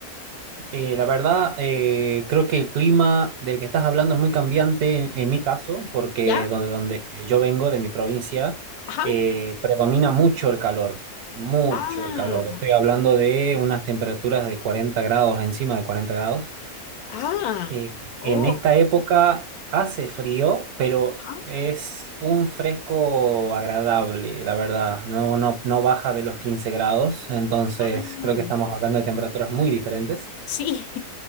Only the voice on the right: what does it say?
Eh, la verdad, eh, creo que el clima del que estás hablando es muy cambiante en, en mi caso, porque
donde, donde yo vengo, de mi provincia,
eh, predomina mucho el calor, mucho
el calor. Estoy hablando de unas temperaturas de 40 grados, encima de 40 grados.
Eh,
en esta época hace frío, pero
es un fresco agradable, la verdad. No, no, no baja de los 15 grados, entonces
creo que
estamos hablando de temperaturas muy diferentes.